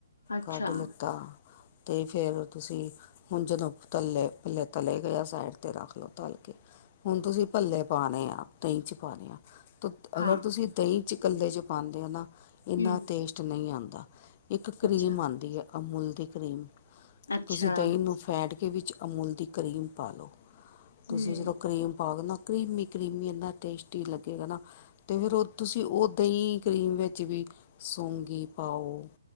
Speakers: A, on the left; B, on the left.
A: ਅੱਛਾ
B: ਕੱਢ ਲਿੱਤਾ। ਅਤੇ ਫੇਰ ਤੁਸੀਂ, ਹੁਣ ਜਦੋਂ ਤੱਲੇ ਪੱਲੇ ਤਲੇ ਗਏ ਸਾਈਡ ਤੇ ਰੱਖ ਲਓ ਤਲ ਕੇ। ਹੁਣ ਤੁਸੀਂ ਭੱਲੇ ਪਾਣੇ ਆ ਦਹੀਂ 'ਚ ਪਾਣੇ ਆ ਤ ਅਗਰ
A: ਹਾਂ
B: ਤੁਸੀਂ, ਦਹੀਂ ਚ ਇਕੱਲੇ ਚ ਪਾਉਂਦੇ ਔ ਨਾ ਇੰਨਾ
A: ਹਮ
B: ਟੇਸਟ ਨਹੀਂ ਆਉਂਦਾ। ਇੱਕ ਕਰੀਮ
A: ਅੱਛਾ
B: ਆਉਂਦੀ ਹੈ ਅਮੂਲ ਦੀ ਕਰੀਮ
A: ਅੱਛਾ
B: ਤੁਸੀਂ ਦਹੀਂ ਨੂੰ ਫੈਟ ਵਿੱਚ ਅਮੂਲ ਦੀ ਕਰੀਮ ਪਾ ਲਉ ਤੁਸੀਂ
A: ਹਮ
B: ਜਦੋਂ ਕਰੀਮ ਪਾ ਕੇ ਨਾ ਕਰੀਮੀ- ਕਰੀਮੀ ਇੰਨਾ ਟੇਸਟੀ ਲੱਗੇਗਾ ਨਾ ਅਤੇ ਫੇਰ ਉਹ ਤੁਸੀਂ ਉਹ ਦਹੀਂ ਕਰੀਮ ਵਿੱਚ ਵੀ ਸੌਂਗੀ ਪਾਓ।